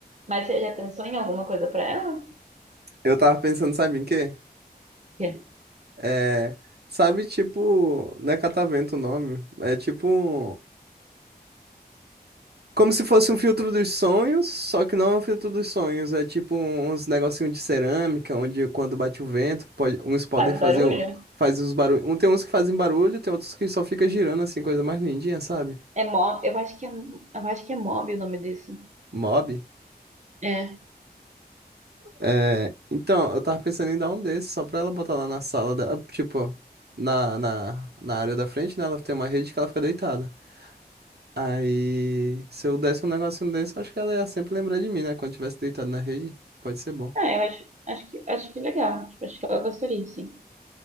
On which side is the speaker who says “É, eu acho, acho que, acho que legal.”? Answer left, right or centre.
Right